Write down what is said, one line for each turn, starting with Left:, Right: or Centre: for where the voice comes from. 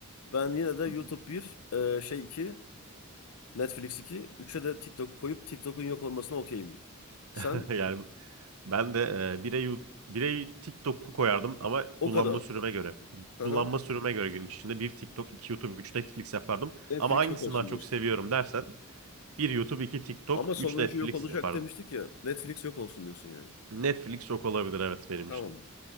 Left: Ben yine de YouTube
Right: Hı hı.
Left: bir e, şey 2. Netflix 2, 3'e de TikTok'u koyup TikTok'un yok olmasına okeyim. Sen
Right: <laughs> Yani ben de e, bire, Yu- bire TikTok'u koyardım ama
Left: o
Right: kullanma
Left: kadar.
Right: süreme göre.
Left: Hı
Right: Kullanma
Left: hı.
Right: süreme göre gün içinde bir TikTok, iki YouTube, üç Netflix yapardım.
Left: Netflix
Right: Ama hangisini
Left: yok olsun
Right: daha çok
Left: diyorsun.
Right: seviyorum dersen bir YouTube, iki TikTok,
Left: Ama sonuncu
Right: üç Netflix
Left: yok olacak
Right: yapardım.
Left: demiştik ya. Netflix yok olsun diyorsun yani.
Right: Netflix çok olabilir evet benim
Left: Tamam.